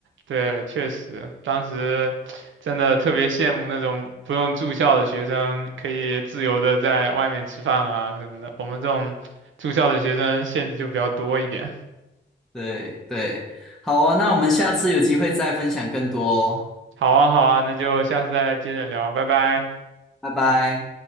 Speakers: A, on the right (about 80°); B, in the centre.
A: 对，确实，当时真的特别羡慕那种不用住校的学生，可以自由的在外面吃饭啊什么的。我们这种住校的学生限制就比较多一点。
B: 对对，好哦，那我们下次有机会再分享更多哦，
A: 好啊，好啊，那就下次再接着聊，拜拜。
B: 拜拜。